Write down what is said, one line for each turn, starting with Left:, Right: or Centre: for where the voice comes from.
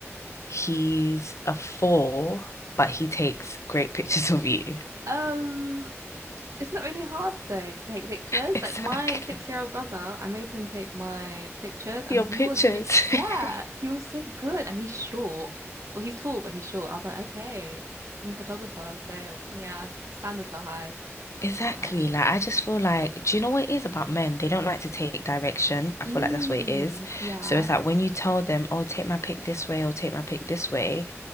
Left: he's a four, but he takes great pictures of you. <laughs>
Right: Um, It's not really hard though to take pictures.
Left: Exactly.
Right: Like my six-year-old brother, I made him take my pictures and
Left: Your
Right: he
Left: pictures.
Right: was re yeah,
Left: <laughs>
Right: he was so good and he's short. Well, he's tall, but he's short. I was like, okay, new photographer. So yeah, standards are high.
Left: Exactly.
Right: I just
Left: Like, I just feel like, do you know what it is about men? They don't like to take direction. I
Right: mm,
Left: feel like that's what it is.
Right: yeah.
Left: So it's like when you tell them, oh, take my pick this way or take my pick this way,